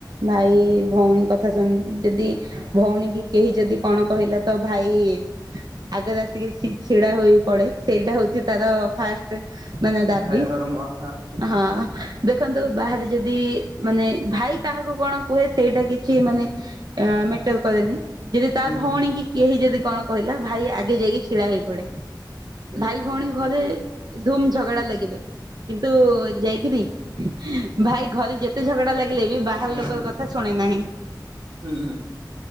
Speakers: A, on the right; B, on the right.
A: ଭାଇ ଭଉଣୀ କଥା ଶୁଣନ୍ତି ଯଦି ଭଉଣୀ କି କେହି ଯଦି କଣ କହିଲା ତ ଭାଇ ଆଗରେ ଆସିକି ଛିଡା ହୋଇ ପଡେ ସେଇଟା ହଉଚି ସେତାର ଫାଷ୍ଟ ମାନେ ଦାବି
B: ଭାଇର ଧର୍ମ ହଁ ଠିକ ଠିକ
A: ହଁ, ଦେଖନ୍ତୁ ବାହାରେ ଯଦି ମାନେ ଭାଇ କାହାକୁ କଣ କୁହେ ସେଇଟା କିଛି ମାନେ ଆଁ ମେଟର କରେନି। ଯଦି ତା
B: ହୁଁ
A: ଭଉଣୀକି
B: ହୁଁ
A: କେହି ଯଦି କଣ କହିଲା ଭାଇ ଆଗେ ଯାଇକି ଛିଡା ହେଇ ପଡେ।
B: ଠିକ
A: ଭାଇ ଭଉଣୀ ଘରେ ଧୁମ ଝଗଡା ଲାଗିବେ କିନ୍ତୁ ଯାଇକିରି ଭାଇ ଘରେ ଯେତେ ଝଗଡା ଲାଗିଲେବି କି ବାହାର
B: ହୁଁ
A: ଲୋକର କଥା ଶୁଣେ ନାହିଁ।
B: ହୁଁ ହୁଁ